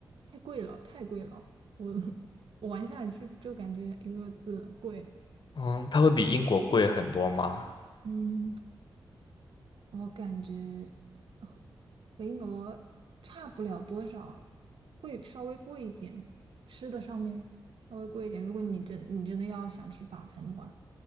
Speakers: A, on the right; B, on the left.
A: 太贵了，太贵了。我 <laughs> 我玩下来就就感觉一个字贵。
B: 嗯，它会比英国贵很多吗？
A: 嗯，我感觉和和英国差不了多少，会稍微贵一点，吃的上面稍微贵一点。如果你真你真的要想吃法餐的话，